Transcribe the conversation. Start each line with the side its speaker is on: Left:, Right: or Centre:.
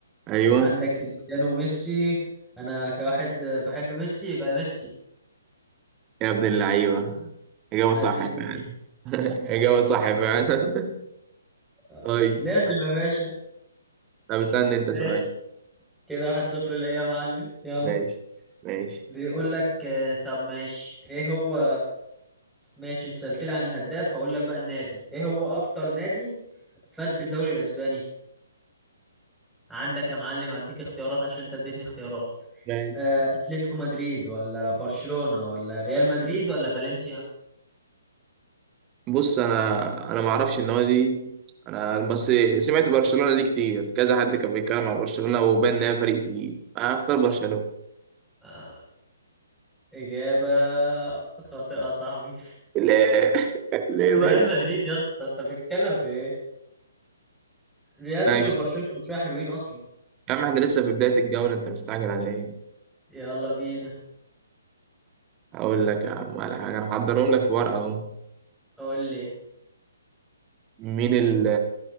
Right: ايوه
Centre: عندك كريستيانو وميسي انا كواحد بحب ميسي يبقى ميسي
Right: يا ابن اللعيبه اجابه
Centre: قد
Right: صح
Centre: الدنيا
Right: فعلا <laughs> اجابه صح فعلا
Centre: آه،
Right: <laughs> طيب
Centre: لازم
Right: هت-
Centre: يا باشا
Right: طب اسالني انت
Centre: ماشي
Right: سؤال
Centre: كده واحد صفر ليا يا معلم يلا
Right: ماشي ماشي
Centre: بيقول لك آه، طب ماشي ايه هو ماشي انت سألت لي عن الهداف هقول لك بقى النادي ايه هو اكتر نادي فاز بالدوري الاسباني عندك يا معلم هديك اختيارات عشان انت اديتني اختيارات
Right: ماشي.
Centre: آه، اتلتيكو مدريد ولا برشلونة ولا ريال مدريد ولا فالنسيا
Right: بص انا انا ما اعرفش النوادي دي انا بس سمعت برشلونه دي كتير كذا حد كان بيتكلم عن برشلونه وبان انها فريق تقيل هختار برشلونه
Centre: آه، اجابة خاطئة صعبة
Right: ليه <laughs> ليه
Centre: ريال
Right: بس
Centre: مدريد يا اسطى انت بتتكلم في ايه ريال
Right: ماشي
Centre: قبل برشلونة بشوية حلوين اصلا
Right: يا عم احنا لسه في بدايه الجوله انت مستعجل على ايه
Centre: يلا بينا
Right: هقول لك يا عم على حاجه انا هحضرهم لك في ورقه اهو
Centre: قول لي
Right: مين ال-